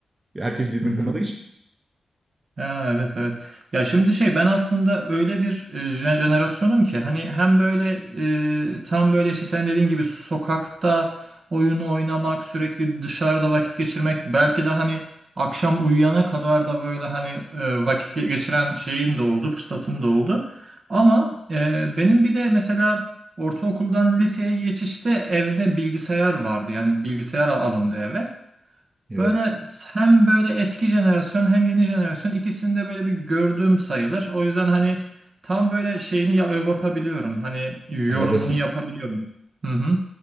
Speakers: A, on the right; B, on the right.
A: Herkes birbirini
B: Hı hı.
A: tanıdığı için.
B: Ya evet evet. Ya şimdi şey ben aslında öyle bir e, jen- jenerasyonum ki hani hem böyle e, tam böyle işte sen dediğin gibi sokakta oyun oynamak, sürekli dışarıda vakit geçirmek, belki de hani akşam uyuyana kadar da böyle hani e, vakit ge- geçiren şeyim de oldu, fırsatım da oldu. Ama e, benim bir de mesela ortaokuldan liseye geçişte evde bilgisayar vardı. Yani bilgisayar alındı eve.
A: Evet.
B: Böyle hem böyle eski jenerasyon hem yeni jenerasyon ikisinde böyle bir gördüğüm sayılır. O yüzden hani tam böyle şeyini yap- yapabiliyorum. Hani yorumunu
A: Aradasın.
B: yapabiliyorum. Hı hı.